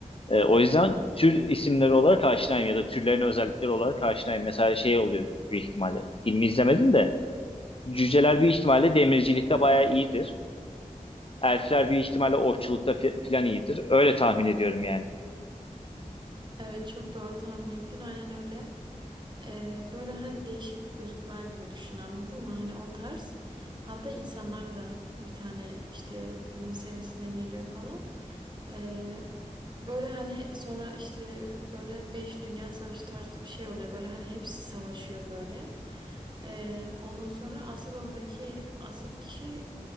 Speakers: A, on the left (about 45°); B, on the right (about 35°).
A: E, o yüzden tür isimleri olarak aşinayım ya da türlerin özellikleri olarak aşinayım. Mesela şey oluyor büyük ihtimalle. Filmi izlemedim de cüceler bir ihtimalle demircilikte bayağı iyidir. Elfler bir ihtimalle okçulukta fi- filan iyidir. Öyle tahmin ediyorum yani.
B: Evet çok doğru tahmin ettin aynen öyle. Ee, böyle hani değişik ırklar gibi düşün anladın mı? Hani o tarz. Hatta insanlar da bir tane işte filmin serisinde geliyor falan. Ee, böyle hani sonra işte böyle 5 Dünya Savaşı tarzı bir şey oluyor. Böyle hani hepsi savaşıyor böyle. Ee, ondan sonra asıl oradaki asıl kişi